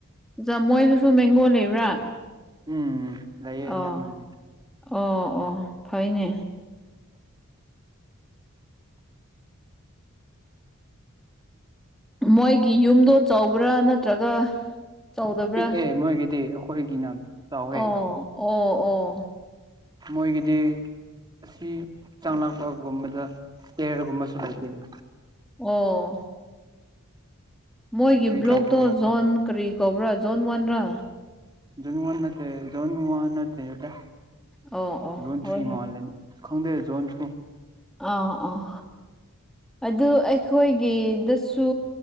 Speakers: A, in the centre; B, on the right (about 20°).
A: ꯖ ꯃꯣꯏꯗꯁꯨ ꯃꯦꯡꯒꯣ ꯂꯩꯕ꯭ꯔꯥ
B: ꯎꯝ ꯂꯩꯌꯦ
A: ꯑꯣ
B: ꯌꯥꯝꯅꯗꯤ
A: ꯑꯣ ꯑꯣ ꯐꯩꯅꯦ ꯃꯣꯏꯒꯤ ꯌꯨꯝꯗꯣ ꯆꯥꯎꯕ꯭ꯔꯥ ꯅꯠꯇ꯭ꯔꯒ ꯆꯥꯎꯗꯕ꯭ꯔꯥ
B: ꯎꯝ ꯄꯤꯛꯑꯦ ꯃꯣꯏꯒꯤꯗꯤ ꯑꯩꯈꯣꯏꯒꯤꯅ ꯆꯥꯎꯋꯦ
A: ꯑꯣ ꯑꯣ ꯑꯣ
B: ꯃꯣꯏꯒꯤꯗꯤ ꯑꯁꯤ ꯆꯪꯂꯛꯄꯒꯨꯝꯕꯗ ꯆꯦꯌꯔꯒꯨꯝꯕꯁꯨ ꯂꯩꯇꯦꯅꯤ
A: ꯑꯣ ꯃꯣꯏꯒꯤ
B: ꯀꯔꯤ
A: ꯕ꯭ꯂꯣꯛꯇꯣ
B: ꯇꯧꯕꯒꯤꯔ
A: ꯖꯣꯟ
B: ꯈꯪꯗꯦ
A: ꯀꯔꯤ ꯀꯧꯕ꯭ꯔꯥ ꯖꯣꯟ ꯋꯥꯟꯔꯥ
B: ꯖꯣꯟ ꯋꯥꯟ ꯅꯠꯇꯦ ꯖꯣꯟꯟ ꯋꯥꯟ ꯅꯠꯇꯦ ꯗ
A: ꯑꯣ ꯑꯣ
B: ꯖꯣꯟꯟ
A: ꯍꯣꯏ
B: ꯊ꯭ꯔꯤ
A: ꯍꯣꯏ
B: ꯃꯜ ꯂꯦ ꯈꯪꯗꯦ ꯖꯣꯟꯁꯨ
A: ꯑꯥ ꯑꯥ ꯑꯗꯨ ꯑꯩꯈꯣꯏꯒꯤꯗꯁꯨ